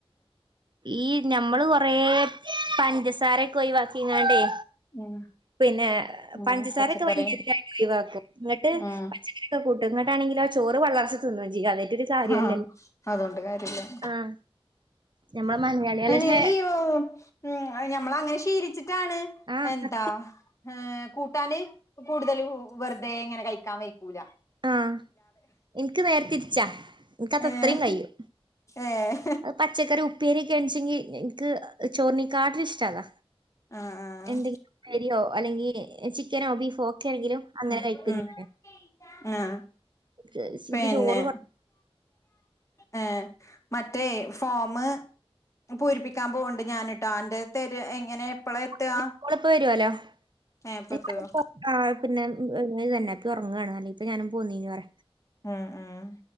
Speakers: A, on the right; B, on the left.
A: ഈ ഞമ്മള് കൊറേ പഞ്ചസാരക്കേ ഒഴിവാക്കിങ്ങാണ്ടേ
B: ഉം
A: പിന്നെ
B: ഉം
A: പഞ്ചസാരക്കെ
B: പച്ചക്കറി
A: വല്ല്യ ഇതിലായിട്ട് ഒഴിവാക്കും ഇങ്ങട്ട്
B: ഉം
A: പച്ചക്കറിയൊക്കെ കൂ ട്ടും ഇങ്ങട്ടാണെങ്കിലോ ചോറ് പള്ളർച്ച് തിന്നും <unintelligible> കാര്യല്ലല്ലോ
B: ഹാ അതോണ്ട് കാര്യല്ലാ
A: ആഹ് ഞമ്മളെ മലയാളികളുടെ
B: അയിന് ഈ ഓഹ് ഉം അയിന് ഞമ്മളങ്ങനെ ശീലി റ്റാണ്
A: ആഹ്
B: എന്താ
A: സത്യം
B: ഏഹ് കൂട്ടാന് കൂടുതലു വെറുതെ ഇങ്ങനെ കഴിക്കാ വൈക്കൂലാ
A: ആഹ് ഇന്ക്ക് നേരെ തിര്ച്ചാ ഇന്ക്കത്
B: ഏഹ്
A: എത്രിം കയ്യും
B: ഏഹ്
A: അഹ് പച്ചക്കറി ഉപ്പേരിയെക്കേൺച്ച് ഇഞ്ഞ് ഞ്ഞ് ഇന്ക്ക് അഹ് ചോറിനേക്കാട്ടിലും ഇഷ്ടതാ
B: ആഹ് ആഹ്
A: എന്തെങ്കി ഉപ്പേരിയോ അല്ലെങ്കി ഏഹ് ചിക്കനോ ബീഫോ ഒക്കേണെങ്കിലും അങ്ങനെ
B: ഉം
A: കഴിക്കുന്നി
B: ഉം ആഹ്
A: ഉച്ചക്ക്
B: പിന്നെ
A: <unintelligible> ചോറ് വാ
B: ഏഹ് മറ്റേ ഫോമ് ഉം പൂരിപ്പിക്കാൻ പോവ്ണ്ട് ഞാന്ട്ടോ അന്റെഹ് തെരേ എങ്ങനെ എപ്പളാ
A: <unintelligible>
B: എത്താ
A: ഓള്പ്പ വരോല്ലോ
B: ഏഹ് ഇപ്പെത്തോ
A: <unintelligible> ആഹ് പിന്നെ ഉം ഏഹ് ഏഹ് ഇതന്നെ പ്പ് ഒറങ്ങാണ് അല്ലേയിപ്പൊ ഞാനും പോന്നീനിപറ
B: ഉം ഉം